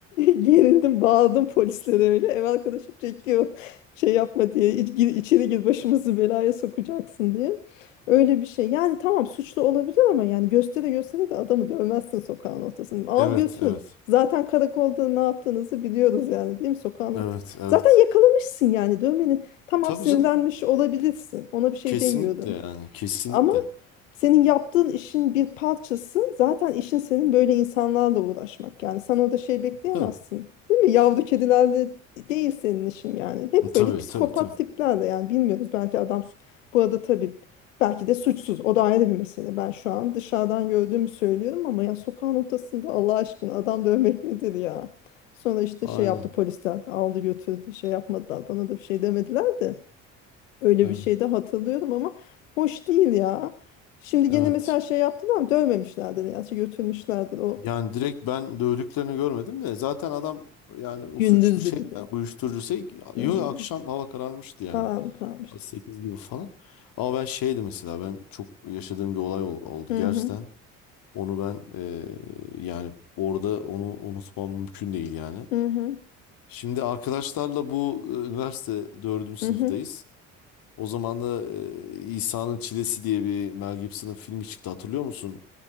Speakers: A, on the left; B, on the left.
A: Gerildim, bağladım polislere öyle. Ev arkadaşım çekiyor. Şey yapma diye, "İç- gir, içeri gir başımızı belaya sokacaksın diye. Öyle bir şey. Yani tamam suçlu olabilir ama yani göstere göstere de adamı dövmezsin sokağın ortasında. Al
B: Evet
A: götür.
B: evet.
A: Zaten karakolda ne yaptığınızı biliyoruz yani değil mi sokağın ortasında.
B: Evet evet.
A: Zaten yakalamışsın yani dövmenin. Tamam
B: Tabii
A: sinirlenmiş
B: canım.
A: olabilirsin. Ona bir şey
B: Kesinlikle
A: demiyorum.
B: yani kesinlikle.
A: Ama senin yaptığın işin bir parçası zaten işin senin böyle insanlarla uğraşmak. Yani sen orada şey bekleyemezsin.
B: Tabii.
A: Değil mi? Yavru kedilerle değil senin işin yani. Hep
B: Tabii
A: böyle psikopat
B: tabii tabii.
A: tiplerle yani bilmiyoruz. Belki adam su- bu arada tabii belki de suçsuz. O da ayrı bir mesele. Ben şu an dışarıdan gördüğümü söylüyorum ama ya sokağın ortasında Allah aşkına adam dövmek nedir ya? Sonra işte
B: Aynen.
A: şey yaptı polisler aldı götürdü şey yapmadılar bana da bir şey demediler de. Öyle
B: Evet.
A: bir şey de hatırlıyorum ama hoş değil ya. Şimdi
B: Evet.
A: gene mesela şey yaptılar ama dövmemişlerdir ya. Şey Götürmüşlerdir o
B: Yani direkt ben dövdüklerini görmedim de zaten adam yani o
A: gündüzdü
B: suçlu şey
A: bir de.
B: ya, uyuşturucu şey yo
A: Hmm.
B: akşam hava kararmıştı yani.
A: Aa, mı kalmıştı?
B: saat 8 gibi falan. Ama ben şeydi mesela ben çok yaşadığım bir olay ol- oldu
A: Hı
B: gerçekten.
A: hı,
B: Onu ben eee, yani orada onu unutmam mümkün değil yani.
A: hı hı,
B: Şimdi arkadaşlarla bu e, üniversite dördüncü sınıftayız.
A: hı hı,
B: O zaman da e, İsa'nın Çilesi diye bir Mel Gibson'ın filmi çıktı hatırlıyor musun?